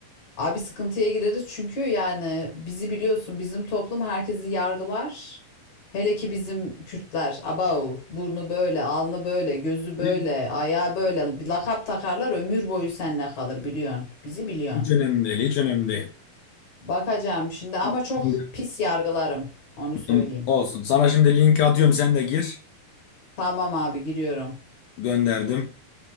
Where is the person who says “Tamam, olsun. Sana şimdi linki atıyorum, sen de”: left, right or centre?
Left